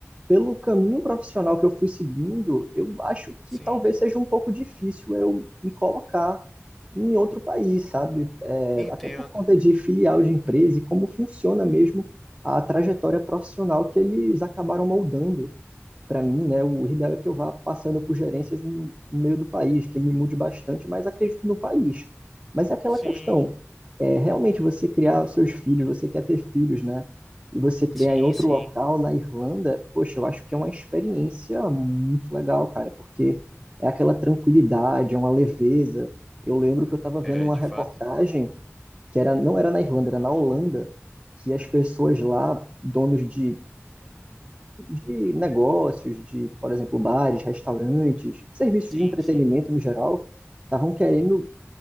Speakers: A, on the right; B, in the centre.
A: pelo caminho profissional que eu fui seguindo, eu acho que
B: Sim,
A: talvez seja um pouco difícil eu me colocar em outro país, sabe? É,
B: entendo.
A: até por conta de filial de empresa e como funciona mesmo a trajetória profissional que eles acabaram moldando para mim, né, o ideal é que eu vá passando por gerências no meio do país, que me mude bastante, mas acredito que no país. Mas é aquela
B: Sim,
A: questão, é, realmente você criar os seus filhos, você quer ter filhos, né? E você criar
B: sim,
A: em outro
B: sim.
A: local, na Irlanda, poxa, eu acho que é uma experiência muito legal, cara, porque é aquela tranquilidade, é uma leveza. Eu lembro que eu estava vendo
B: É,
A: uma
B: de
A: reportagem
B: fato.
A: que era, não era na Irlanda, era na Holanda, que as pessoas lá, donos de de negócios, de, por exemplo, bares, restaurantes, serviços
B: Sim,
A: de entretenimento
B: sim.
A: no geral, estavam querendo